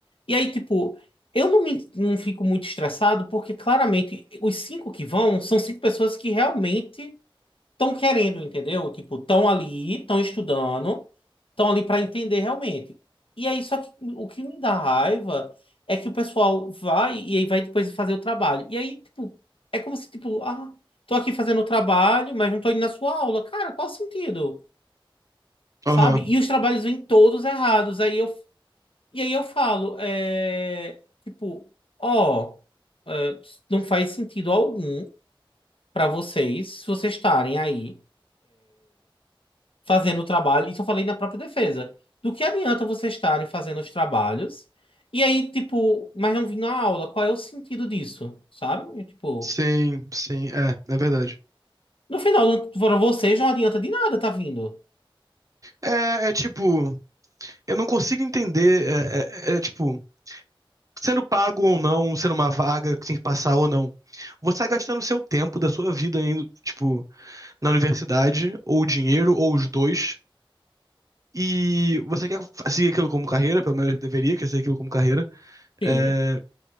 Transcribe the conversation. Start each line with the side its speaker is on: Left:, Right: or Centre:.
Left: E aí, tipo, eu não, me, não fico muito estressado, porque claramente os cinco que vão são cinco pessoas que realmente estão querendo, entendeu? Tipo, estão ali, estão estudando, estão ali para entender realmente. E aí, só que o que me dá raiva é que o pessoal vai e aí vai depois fazer o trabalho. E aí, tipo, é como se, tipo, ah, tô aqui fazendo o trabalho, mas não tô indo na sua aula. Cara, qual o sentido?
Right: Aham.
Left: sabe? E os trabalhos vêm todos errados. Aí eu, e aí eu falo, é, tipo, ó, é, não faz sentido algum para vocês, se vocês estarem aí fazendo o trabalho, isso eu falei na própria defesa, do que adianta vocês estarem fazendo os trabalhos e aí, tipo, mas não vir na aula, qual é o sentido disso, sabe? E, tipo,
Right: Sim, sim, é, é verdade.
Left: no final, não- para vocês não adianta de nada tá vindo.
Right: É, é tipo, eu não consigo entender, é, é- é é tipo, sendo pago ou não, sendo uma vaga que tem que passar ou não. Você tá gastando seu tempo da sua vida indo, tipo, na universidade, ou dinheiro, ou os dois, e você quer seguir aquilo como carreira, pelo menos deveria querer seguir aquilo como carreira.
Left: Sim,
Right: É,